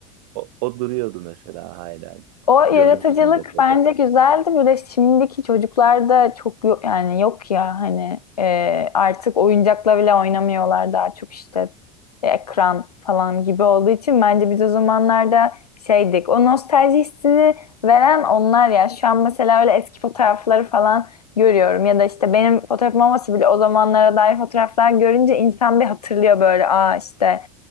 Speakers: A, on the right; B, on the left.
A: O, o duruyordu mesela hala.
B: O yaratıcılık
A: Görmüştüm depoda.
B: bence güzeldi. Bir de şimdiki çocuklarda çok yok yani yok ya hani e, artık oyuncakla bile oynamıyorlar daha çok işte ekran falan gibi olduğu için bence biz o zamanlarda şeydik. O nostalji hissini veren onlar ya. Şu an mesela öyle eski fotoğrafları falan görüyorum ya da işte benim fotoğrafım olmasa bile o zamanlara dair fotoğraflar görünce insan bir hatırlıyor böyle aa işte